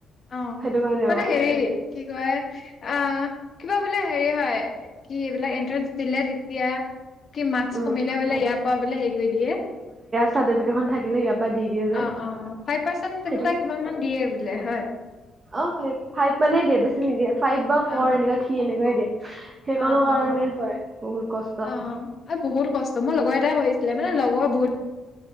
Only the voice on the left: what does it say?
অ
মানে
হেৰি কি কয় অ কিবা বোলে হেৰি হয় কি এইবাক এণ্ট্ৰেন্স দিলে তেতিয়া কি মাক্স
কমিলে বোলে ইয়াৰ পৰা বোলে হেৰি কৰি দিয়ে
অ অ ফাইভ পাৰ্চন তেনেকুৱা
কিমান মান দিয়ে বোলে হয়।
অ
অ
অ অ
অ আৰু বহুত কষ্ট মোৰ লগৰ এটা কৰিছিলে মানে লগৰ বহুত